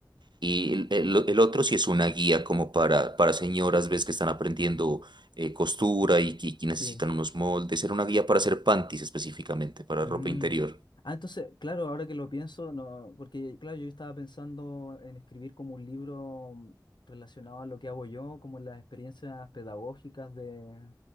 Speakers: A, on the right; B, on the left.
A: y el, el- el otro sí es una guía como para, para señoras, ves que están aprendiendo eh, costura y que, que necesitan
B: Sí.
A: unos moldes, era una guía para hacer panties específicamente, para
B: Mm.
A: ropa interior.
B: Ah, entonces, claro, ahora que lo pienso, no, porque claro, yo estaba pensando en escribir como un libro mm, relacionado a lo que hago yo, como las experiencias pedagógicas de,